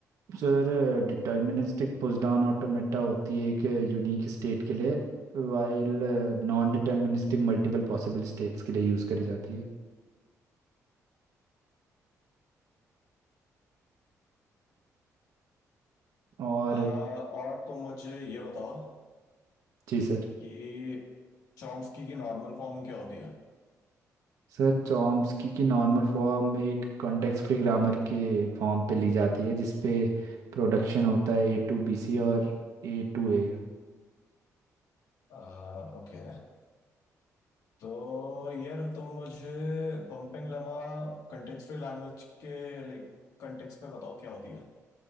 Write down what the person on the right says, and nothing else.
Sir deterministic push down automata होती है एक यूनिक स्टेट के लिए while non deterministic multiple possible states के लिए यूज़ करी जाती है और
जी सर
सर चॉम्स्की की नॉर्मल फॉर्म एक कॉन्टेक्स्ट फ्री ग्रामर के फॉर्म पे ली जाती है जिसपे प्रोडक्शन होता है ए टू बी सी और A to A